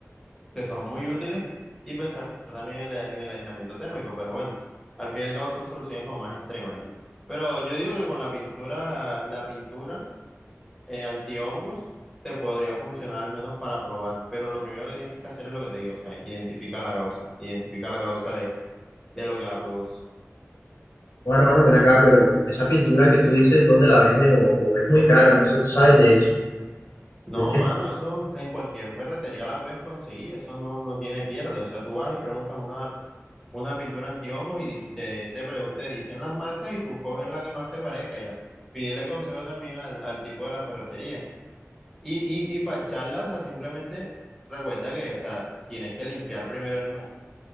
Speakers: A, in the centre; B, on the left (about 80°).
A: que son muy útiles y pensar también en, la- en el aislamiento térmico, pero bueno, al fin y al cabo son soluciones como más extremas, ya. Pero yo digo que con la pintura, la pintura eh, antihongos te podría funcionar al menos para probar, pero lo primero que tienes que hacer es lo que te digo, o sea, identifica la causa, identifica la causa de, de lo que la produce.
B: Bueno, hermano, ven acá, pero esa pintura que tú dices, ¿dónde la venden? O, o es muy cara, no sé, tú sabes de eso.
A: No,
B: Yo es que.
A: mano, eso en cualquier ferretería la puedes conseguir, eso no, no tiene pierde, o sea, tú vas y preguntas una, una pintura antihongos y, y te, te, pre- te dicen las marcas y tú coges la que más te parezca ya. Pídele consejo también al, al tipo de la ferretería. Y, y, y para charla, o sea, simplemente recuerda que, o sea, tienes que limpiar primero el moho.